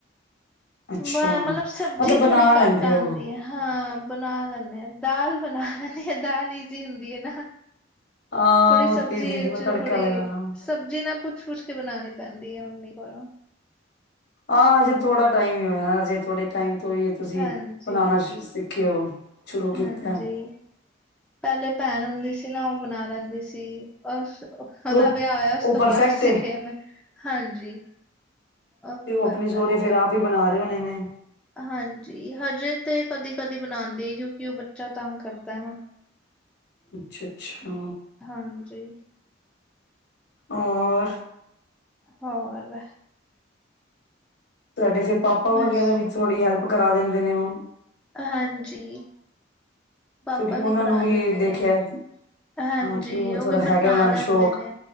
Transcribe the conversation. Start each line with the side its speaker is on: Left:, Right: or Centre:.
Left: ਅੱਛਾ
Centre: ਬਾ ਮਤਲਬ ਸਬਜ਼ੀ
Left: ਮਤਲਬ ਬਣਾ
Centre: ਥੋੜ੍ਹੀ
Left: ਲੈਂਦੇ
Centre: ਘੱਟ ਆਂਦੀ
Left: ਹੋ
Centre: ਏ। ਹਾਂ ਬਣਾ ਲੈਂਦੇ ਹਾਂ ਦਾਲ ਬਣਾ ਲੈਂਦੇ ਹ ਦਾਲ ਜ਼ੀ ਹੁੰਦੀ ਹੈ ਨਾ।
Left: ਹਾਂ
Centre: ਥੋੜੀ
Left: ਉਹ ਤੇ
Centre: ਸਬਜ਼ੀ
Left: ਈਜ਼ੀ ਹੁੰਦੀ
Centre: 'ਚ
Left: ਤੜਕਾ
Centre: ਥੋੜੀ
Left: ਲਗਾਣਾ ਹੁੰਦਾ।
Centre: ਸਬਜ਼ੀ ਨਾ ਪੁੱਛ-ਪੁੱਛ ਕੇ ਬਣਾਉਣੀ ਪੈਂਦੀ ਹੈ ਮੰਮੀ ਕੋਲੋਂ।
Left: ਆਹ ਹਜੇ ਥੋੜਾ ਟਾਈਮ ਹੀ ਹੋਇਆ ਹਜੇ ਥੋੜੇ ਟਾਈਮ ਤੋਂ ਹੀ ਤੁਸੀਂ
Centre: ਹਾਂਜੀ,
Left: ਬਣਾਉਣਾ ਸਿੱਖੇ ਹੋ। ਸ਼ੁਰੂ
Centre: ਹਾਂਜੀ
Left: ਕੀਤਾ
Centre: ਪਹਿਲੇ ਭੈਣ ਹੁੰਦੀ ਸੀ, ਨਾ ਉਹ ਬਣਾ ਲੈਂਦੀ ਸੀ। ਉਸ ਉਹਦਾ
Left: ਤੇ ਉਹ
Centre: ਵਿਆਹ ਹੋਇਆ ਉਸ
Left: ਉਹ
Centre: ਤੋਂ
Left: ਪਰਫੈਕਟ
Centre: ਬਾਅਦ ਸਖਿਆ
Left: ਏ
Centre: ਮੈਂ ਹਾਂਜੀ। ਉਹ ਤੇ ਪਰਫੈਕਟ
Left: ਆਪਣੇ ਸਹੁਰੇ ਫੇਰ
Centre: ਏ।
Left: ਆਪ ਬਣਾ ਰਹੇ ਹੋਣੇ ਨੇ?
Centre: ਹਾਂਜੀ ਹਜੇ ਤੇ ਕਦੀ-ਕਦੀ ਬਣਾਉਂਦੀ ਆ ਕਿਉਂਕਿ ਉਹ ਬੱਚਾ ਤੰਗ ਕਰਦਾ ਏ ਨਾ
Left: ਅੱਛਾ-ਅੱਛਾ!
Centre: ਹਾਂਜੀ
Left: ਹੋਰ
Centre: ਹੋਰ
Left: ਤੁਡੇ ਫੇਿਰ ਪਾਪਾ
Centre: ਬਸ
Left: ਵਗੈਰਾ ਵੀ ਥੋੜੀ ਹੈਲਪ ਕਰਾ ਦਿੰਦੇ ਨੇ ਮੈ
Centre: ਹਾਂਜੀ ਪਾਪਾ
Left: ਕਿਉਂਕਿ ਉਹਨਾਂ
Centre: ਵੀ ਕਰਾ
Left: ਨੂੰ ਵੀ
Centre: ਦਿੰਦੇ
Left: ਦੇਖਿਆ
Centre: ਨੇ। ਹਾਂਜੀ
Left: ਹਾਂ ਕਿ
Centre: ਉਹ
Left: ਥੋੜਾ
Centre: ਵੀ
Left: ਹੈਗਾ
Centre: ਬਣਾ
Left: ਉਹਨਾਂ
Centre: ਲੈਂਦੇ
Left: ਨੂੰ ਸ਼ੌਕ
Centre: ਨੇ